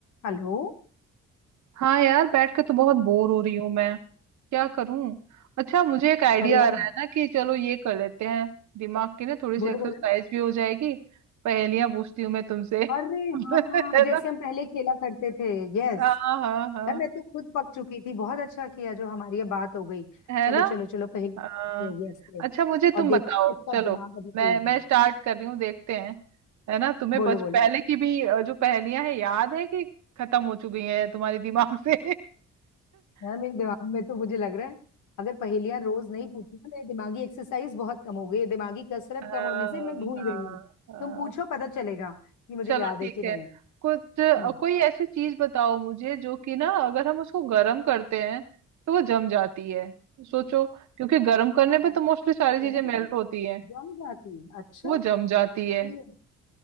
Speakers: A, on the left; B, on the right.
A: Hello
B: हाँ यार बैठ के तो बहुत बोर हो रही हूँ मैं क्या करूं अच्छा मुझे एक आइडिया
A: अरे यार
B: आ रहा है ना कि चलो ये कर लेते हैं दिमाग की ना थोड़ी सी
A: बोलो
B: एक्सरसाइज
A: बोलो
B: भी हो जाएगी पहेलियां पूछती हूँ मैं तुमसे <laughs>
A: अरे हाँ
B: है
A: जैसे
B: ना
A: हम पहले खेला करते थे यस
B: हाँ हाँ हाँ
A: यार मैं तो खुद पक चुकी थी बहुत अच्छा किया जो हमारी ये बात हो गई
B: है
A: चलो
B: ना
A: चलो चलो पहले
B: हाँ
A: यस
B: अच्छा मुझे
A: और
B: तुम
A: देखते
B: बताओ
A: हैं किसका
B: चलो
A: दिमाग अभी तेज
B: मैं मैं
A: है
B: स्टार्ट कर रही हूँ देखते हैं है ना तुम्हें
A: बोलो
B: बच
A: बोलो
B: पहले की भी अ, जो पहेलियां हैं याद है कि खत्म हो चुकी हैं तुम्हारे दिमाग से
A: यार
B: <laughs>
A: मेरे दिमाग में तो मुझे लग रहा है अगर पहेलियां रोज नहीं पूछी ना मेरी दिमागी एक्सरसाइज बहुत कम हो गई है दिमागी कसरत
B: हाँ
A: कम होने से मैं भूल
B: हाँ
A: गई हूँ
B: हाँ
A: तुम पूछो पता चलेगा कि मुझे
B: चलो
A: याद
B: ठीक
A: है कि
B: है
A: नहीं
B: कुछ
A: हम्म
B: कोई ऐसी चीज बताओ मुझे जो कि ना अगर हम उसको गर्म करते हैं तो वो जम जाती है सोचो क्योंकि गर्म करने पे
A: और
B: तो मोस्टली सारी चीजें
A: गरम
B: मेल्ट
A: से
B: होती हैं
A: जम जाती है। अच्छा
B: वो जम जाती है
A: ये-